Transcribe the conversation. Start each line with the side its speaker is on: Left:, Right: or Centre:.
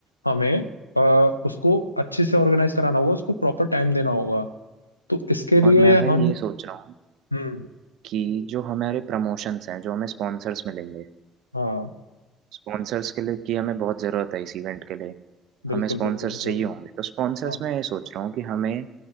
Left: हमें अ, उसको अच्छे से ऑर्गेनाइज कराना होगा उसको प्रॉपर टाइम देना होगा तो इसके लिए
Right: और मैं भाई
Left: हम
Right: ये सोच रहा हूँ
Left: हम्म
Right: कि जो हमारे प्रमोशंस हैं जो हमें स्पॉन्सर्स मिलेंगे
Left: हाँ
Right: स्पॉन्सर्स के लिए की हमें बहुत ज़रूरत है इस इवेंट के लिए
Left: बिल्कुल
Right: हमें स्पॉन्सर्स
Left: बिल्कुल वो
Right: चाहिए
Left: तो
Right: होंगे तो स्पॉन्सर्स
Left: हाँ
Right: में ये सोच रहा हूँ कि हमें